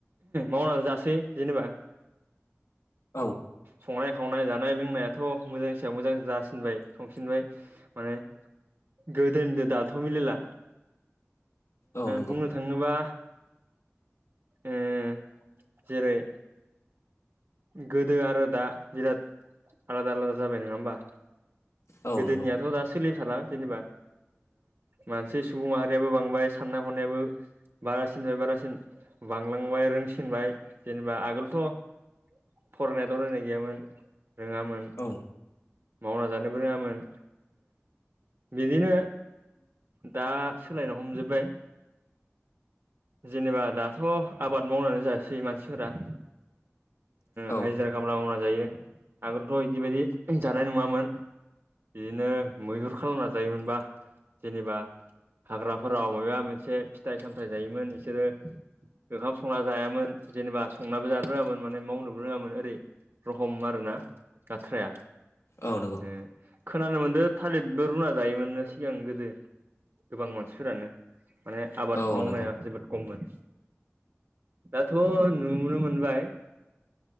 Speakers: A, on the right; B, on the left.
A: मावनानै जासै जेनेबा
B: औ
A: संनाय खावनाय जानाय लोंनायाथ' मोजांनि सायाव मोजां जासिनबाय संफिनबाय माने गोदोनि दाथ' मिलला
B: औ नंगौ
A: बुंनो थाङो थाङोबा उम जेरै गोदो आरो दा बिराद आलादा आलादा जाबाय नङा होमबा?
B: औ
A: गोदोनियाथ'
B: नंगौ
A: दा सोलिबाय थाला जेनेबा मानसि सुबुं माहारियाबो बांबाय साननाय हनायाबो बारासिनफ्राय बारासिन बांलांबाय रोंसिनबाय जेनेबा ओ आगोलथ' फरायनाय दरायनाय गैयामोन रोङामोन।
B: औ
A: मावना जानोबो रोङामोन। बिदिनो दा सोलायनो हमजोब्बाय। जेनेबा दाथ' आबाद मावनानै जायासै मानसिफोरा
B: औ
A: हाजिरा खामला गामला जायो आगोलथ' बिदि बायदि जानाय नङामोन। बिदिनो मैहुर खालामना जायोमोनबा जेनेबा हाग्राफोराव मबेबा मोनसे फिथाइ सामथायाइ जायोमोन बिसोरो ओंखाम संना जायामोन जेनेबा संाबो जानो रोङामोन माने मावनोबो रोङामोन ओरै रखम आरोना आथ्राया
B: औ नंगौ।
A: ए खोनानो मोनदों थालिरबो रुना जायोमोननो सिगां गोदो गोबां मानसिफोरानो माने आबाद
B: औ
A: मावनाया
B: नंगौ
A: जोबोद खममोन। दाथ' नुनो मोनबाय।